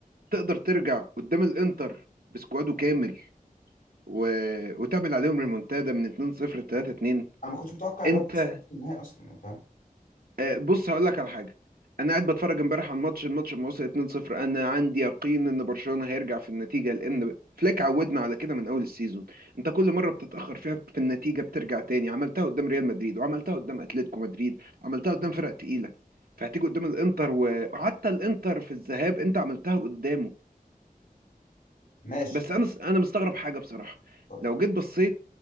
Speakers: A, on the right; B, on the left.
A: تقدر ترجع قدام الانتر بسكواده كامل و... وتعمل عليهم ريمونتادا من 2-0 ل 3-2
B: انا ما كنتش متوقع اللي
A: انت
B: هو حصل في النهائي اصلا أنا فاهم
A: آه، بص هقول لك على حاجه انا قاعد بتفرج امبارح على الماتش الماتش لما وصل 2-0 انا عندي يقين ان برشلونه هيرجع في النتيجه لان فليك عودنا على كده من اول السيزون انت كل مره بتتاخر فيها في النتيجه بترجع تاني عملتها قدام ريال مدريد وعملتها قدام اتلتيكو مدريد عملتها قدام فرق تقيله فهتيجي قدام الانتر و- وحتى الانتر في الذهاب انت عملتها قدامه
B: ماشي
A: بس انا انا مستغرب حاجه بصراحه
B: اتفضل
A: لو جيت بصيت